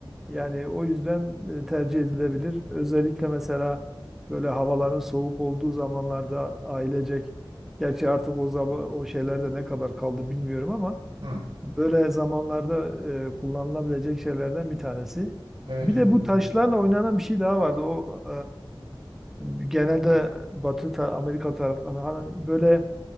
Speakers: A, in the centre; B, on the right.
A: Yani o yüzden e, tercih edilebilir. Özellikle mesela böyle havaların soğuk olduğu zamanlarda ailecek gerçi artık o zaman o şeylerde ne kadar kaldı bilmiyorum ama
B: Hı.
A: Böyle zamanlarda e, kullanılabilecek şeylerden bir tanesi.
B: Evet
A: Bir
B: hocam
A: de bu
B: doğru.
A: taşlarla oynanan bir şey daha vardı. O e, genelde Batı ta- Amerika taraflarında hani böyle